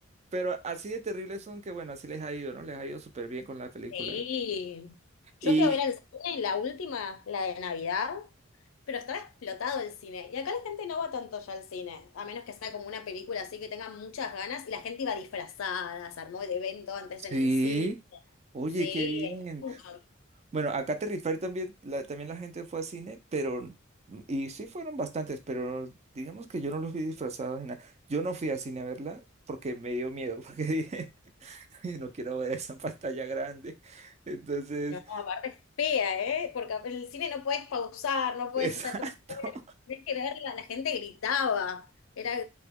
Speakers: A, on the right; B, on the left.
A: pero así de terribles son que, bueno, así les ha ido, ¿no? Les ha ido súper bien con la película.
B: Sí. Yo
A: Y
B: fui a ver al cine la última, la de Navidad. Pero estaba explotado el cine. Y acá la gente no va tanto ya al cine, a menos que sea como una película así que tenga muchas ganas. Y la gente iba disfrazada, se armó el evento antes
A: sí,
B: en el cine.
A: oye,
B: Sí,
A: qué bien.
B: mucho.
A: Bueno, acá Terry Fair también la, también la gente fue a cine, pero, y sí fueron bastantes, pero digamos que yo no los vi disfrazados ni nada. Yo no fui a cine a verla porque me dio miedo, <laughs> porque dije, "Ay, no quiero ver esa <laughs> pantalla grande. Entonces,
B: No, aparte es fea, ¿eh? Porque el cine no puedes pausar, no puedes
A: <laughs> exacto.
B: estar como. Tienes que verla, la gente gritaba. Era,